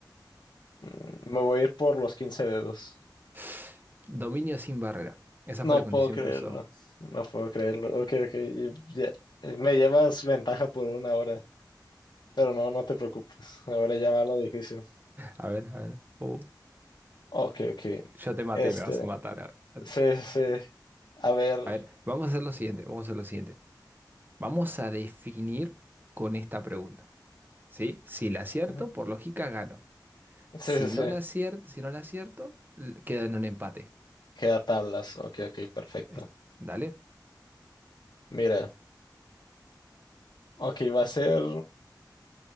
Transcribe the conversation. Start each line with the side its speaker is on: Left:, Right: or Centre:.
Left: mm, me voy a ir por los 15 dedos.
Right: <sighs> Dominio sin barrera. Esa
Left: No
Right: fue la
Left: puedo
Right: condición
Left: creerlo,
Right: que usó.
Left: no puedo creerlo. Ok, ok, y ya, eh, me llevas ventaja por una hora. Pero no, no te preocupes. Ahora ya va lo difícil.
Right: A ver, a ver. Uh,
Left: Ok, ok.
Right: yo te maté
Left: Este,
Right: y me vas a matar. A
Left: sí,
Right: ver,
Left: sí. sí. A ver.
Right: a ver, vamos a hacer lo siguiente, vamos a hacer lo siguiente. Vamos a definir con esta pregunta, ¿sí? Si la acierto,
Left: Ujú.
Right: por lógica gano. Si
Left: Sí, sí, sí.
Right: no la acierto, si no la acierto, l- queda en un empate.
Left: Queda tablas. Ok, ok, perfecto.
Right: Es- ¿Dale?
Left: Mira, ok, va a ser.